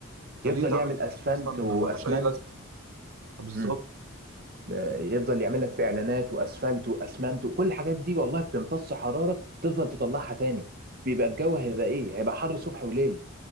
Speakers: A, on the right; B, on the right.
A: أنت
B: يفضل
A: ليه تعمل
B: يعمل اسفلت
A: مثلا ملهاش
B: واسمنت
A: أي لازمة آه، بالظبط
B: مم. آه، يفضل يعمل لك في اعلانات واسفلت واسمنت وكل الحاجات دي والله بتمتص حراره تفضل تطلعها تاني بيبقى الجو هيبقى ايه هيبقى حر صبح وليل